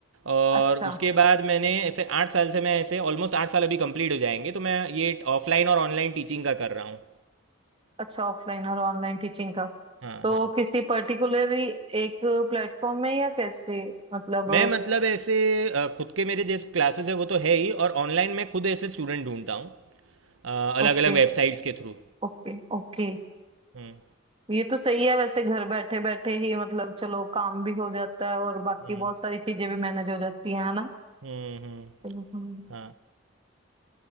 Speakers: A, on the right (about 70°); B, on the right (about 25°).
A: और
B: अच्छा
A: उसके बाद मैंने ऐसे आठ साल से मैं ऐसे ऑलमोस्ट आठ साल अभी कंप्लीट हो जाएंगे तो मैं ये ऑफलाइन और ऑनलाइन टीचिंग का कर रहा हूँ
B: अच्छा ऑफलाइन और ऑनलाइन टीचिंग का
A: हाँ
B: तो
A: हाँ
B: किसी पर्टिकुलरली एक प्लेटफॉर्म में या कैसे मतलब
A: मैं मतलब ऐसे अ, खुद के मेरे जैसे क्लासेस है वो तो है ही और ऑनलाइन मैं खुद ऐसे स्टूडेंट ढूंढता हूँ अलग
B: ओके
A: अलग वेबसाइट्स के थ्रू
B: ओके ओके
A: हम्म
B: ये तो सही है वैसे घर बैठे बैठे ही मतलब चलो काम भी हो जाता है और बाकी
A: हम्म
B: बहुत सारी चीजें भी मैनेज हो जाती हैं है ना
A: हम्म हम्म,
B: हम्म। हम्म।
A: हाँ